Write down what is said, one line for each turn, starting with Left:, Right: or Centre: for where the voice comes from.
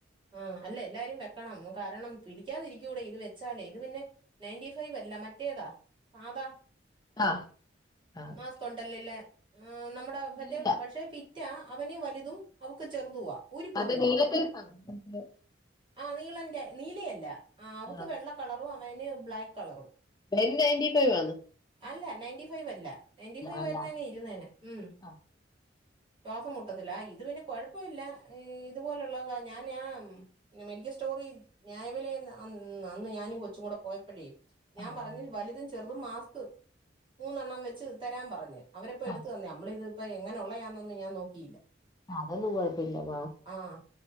Right: ആ അല്ലെ എല്ലാരും വെക്കണം! കാരണം പിടിക്കാതിരിക്കൂടെ ഇത് വെച്ചാലേ ഇത് പിന്നെ നയൻ്റി ഫൈവ് അല്ല മറ്റേതാ സാദാ
Left: ആഹ് ആഹ്
Right: മാസ്ക്കുണ്ടല്ലല്ലേ? ആ നമ്മുടെ മറ്റേ
Left: നീല
Right: പക്ഷെ പിറ്റ അവന് വലുതും അവക്ക് ചെറുതുവാ ഊരിപ്പോത്തില്ല
Left: അത് <unintelligible>
Right: ആ നീളന്റെ നീലയല്ല! അവക്ക്
Left: ആഹ്
Right: വെള്ള കളറും അവന് ബ്ലാക്ക് കളറും.
Left: <unintelligible> നയന്റി ഫൈവ് ആന്ന്.
Right: അല്ല നെയന്റിഫൈവ് അല്ല നയന്റി ഫൈവ്
Left: അല്ല
Right: ആയിരുന്നങ്കി ഇരുന്നേനെ ഉം
Left: ആഹ്
Right: ശ്വാസംമുട്ടത്തില്ല ഇത് പിന്നെ കൊഴ പ്പല്ല ഇതുപോലുള്ളതാ ഞാന് ആം പിന്നെ മെഡിക്കസ്റ്റോറിൽ ന്യായവിലഎന്ന് അന്ന് അന്ന് ഞാനും കൊച്ചും കൂടെ പോയപ്പോഴേ ഞാൻ
Left: ആഹ് അതാണ്
Right: പറഞ്ഞഞ് വലുതും ചെറുതും മാസ്ക് മൂന്നെണ്ണം വെച്ച് തരാൻ പറഞ്ഞ് അവരപ്പോ എടുത്തു
Left: ആഹ്
Right: തന്നെ നമ്മള ഇതിപ്പോ എങ്ങനെയുള്ളതണന്നുംഞാൻ നോക്കീല്ല
Left: അതൊന്നും കുഴപ്പില്ല വാ
Right: ആഹ